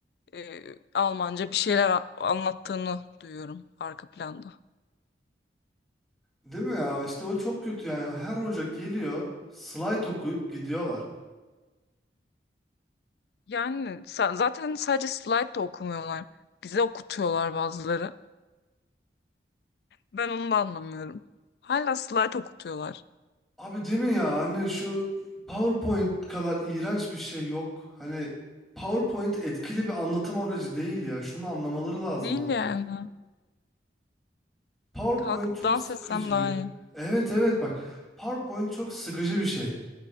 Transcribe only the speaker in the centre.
Değil mi ya? İşte o çok kötü yani. Her hoca geliyor, slide okuyup gidiyorlar.
Abi değil mi ya? Hani şu PowerPoint kadar iğrenç bir şey yok. Hani PowerPoint etkili bir anlatım aracı değil ya. Şunu anlamaları lazım
artık.
PowerPoint
çok
sıkıcı.
Evet evet bak. PowerPoint çok sıkıcı bir şey.